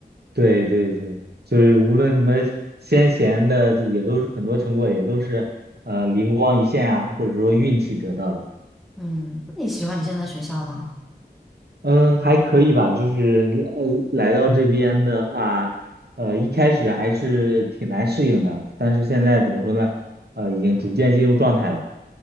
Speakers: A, on the right; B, in the centre.
A: 对对对，就是无论什么先贤的，这也都是很多成果，也都是呃灵光一现啊，或者说运气得到的。
B: 嗯，那你喜欢你现在的学校吗？
A: 嗯，还可以吧，就是呃来到这边的话，呃一开始还是挺难适应的，但是现在怎么说呢？呃，已经逐渐进入状态了。